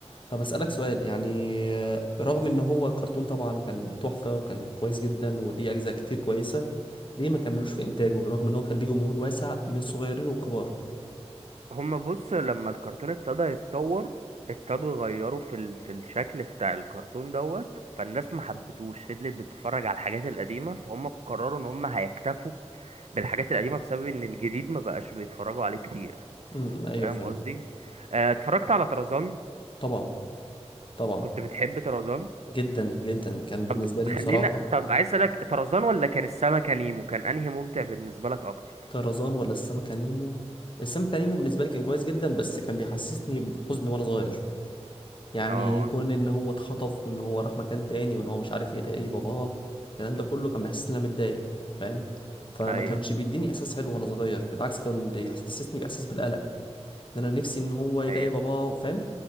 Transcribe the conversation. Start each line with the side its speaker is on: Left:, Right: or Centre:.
Left: طب أسألك سؤال يعني آه، رغم إن هو كرتون طبعا كان تحفة وكان كويس جدا وليه أجزاء كتير كويسة ليه ما كملوش في إنتاجه رغم إن هو كان ليه جمهور واسع من الصغيرين والكبار
Right: هم بص لما الكرتون ابتدى يتطور ابتدوا يغيروا في ال... في الشكل بتاع الكرتون دوت فالناس ما حبتوش فضلت بتتفرج على الحاجات القديمة فهم قرروا ان هم هيكتفوا بالحاجات القديمة بسبب ان الجديد ما بقاش بيتفرجوا عليه كتير
Left: امم أيوه
Right: فاهم
Left: فهمت
Right: قصدي آه، اتفرجت على طرزان
Left: طبعا طبعا
Right: كنت بتحب طرزان
Left: جدا جدا كان بالنسبة
Right: طب
Left: لي
Right: خلينا
Left: بصراحة
Right: طب عايز اسالك طرزان ولا كان السمكة نيمو كان انهي ممتع بالنسبة لك اكتر
Left: طرزان ولا السمكة نيمو السمكة نيمو بالنسبة لي كان كويس جدا بس كان بيحسسني بحزن وانا صغير يعني
Right: اه
Left: كون ان هو اتخطف وان هو راح مكان تاني وان هو مش عارف يلاقي باباه الكلام ده كله كان بيحسسني ان انا متضايق فاهم فما
Right: ايوه
Left: كانش بيديني احساس حلو وانا صغير بالعكس كان بيحسسني باحساس بالقلق ان انا نفسي ان هو يلاقي
Right: ايوه
Left: باباه فاهم